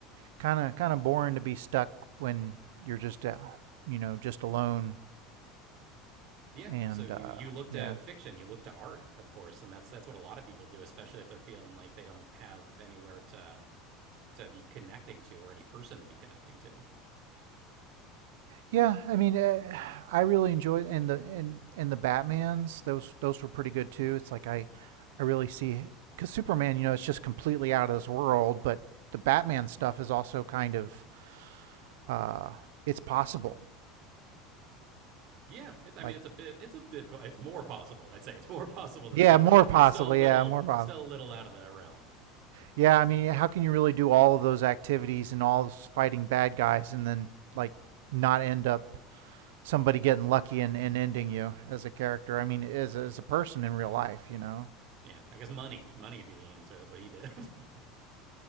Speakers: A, on the right; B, on the right.
A: kind of kind of boring to be stuck when you're just uh, you know just alone
B: Yeah,
A: and
B: so you
A: uh,
B: you look to
A: yeah,
B: fiction, you look to art, of course, and that's that's what a lot of people do, especially if they're feeling like they don't have anywhere to to be connecting to or any person to be connecting to.
A: yeah. I mean, uh, I really enjoyed and the and and the Batman's those those were pretty good too. It's like I I really see because Superman, you know, it's just completely out of this world, but the Batman stuff is also kind of uh, it's possible.
B: Yeah, it's, I
A: Like,
B: mean, it's a bit, it's a bit, it's more possible. I'd say it's more <laughs> possible than
A: yeah,
B: Superman,
A: more possible.
B: but it's still a little,
A: Yeah, more possible.
B: still a little out of the realm.
A: Yeah, I mean, how can you really do all of those activities and all this fighting bad guys and then like not end up somebody getting lucky and, and ending you as a character. I mean, as as a person in real life, you know.
B: Yeah, I guess money, money would be the answer. That's what he did. <laughs>